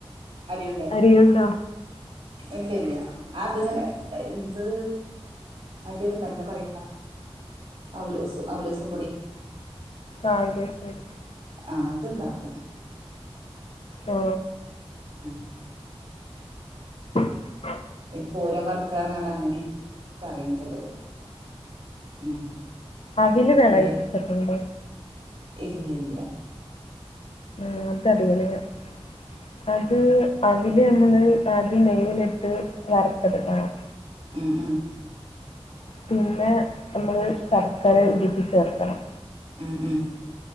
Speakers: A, on the right; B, on the left.
A: അരിയുണ്ടേ
B: അരിയുണ്ടോ
A: ഇല്ല ല്ല അത്ങ്ങനെ എന്ത് മറ്റേതുണ്ട എന്താ പറയാ അവലോ അവലോസം പൊടി
B: ആ അതെ ശരി
A: ആ അത്ണ്ടാക്കും
B: ആ
A: ഉം
B: <inaudible>
A: ഇ പൂരം വർക്ക <inaudible> അങ്ങനിം പറയും <unintelligible> ഉം
B: അവല് വെളയിപ്പിച്ചിട്ടുണ്ട്
A: ഏ ഇല്ല ല്ല
B: ആ അത <unintelligible> അത് അതില് നമ്മള് അതി നെയ്യിലിട്ട് വർത്തെടുക്കണം
A: ഉം ഉം
B: പിന്നെ നമ്മള് ശർക്കര ഉരുക്കി ചേർക്കണം
A: ഉമ് ഉമ്